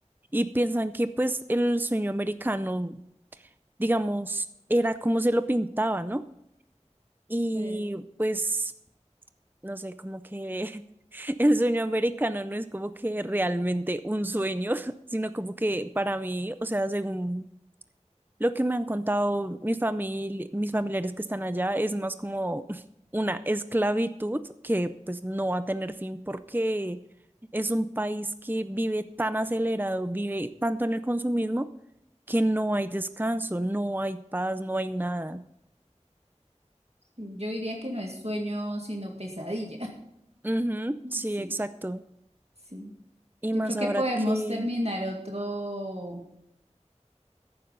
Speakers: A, on the right; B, on the right.
A: y piensan que, pues, el sueño americano, digamos, era como se lo pintaba, ¿no? Y,
B: Sí.
A: pues, no sé, como que <laughs> el sueño americano no es como que realmente un sueño, <laughs> sino como que para mí, o sea, según Lo que me han contado mis famili- mis familiares que están allá es más como <laughs> una esclavitud que pues no va a tener fin porque es un país que vive tan acelerado, vive tanto en el consumismo que no hay descanso, no hay paz, no hay nada.
B: Yo diría que no es sueño, sino pesadilla. <laughs>
A: Ujú, sí,
B: Sí,
A: exacto.
B: sí.
A: Y
B: Yo
A: más
B: creo
A: ahora
B: que podemos
A: que...
B: terminar otro,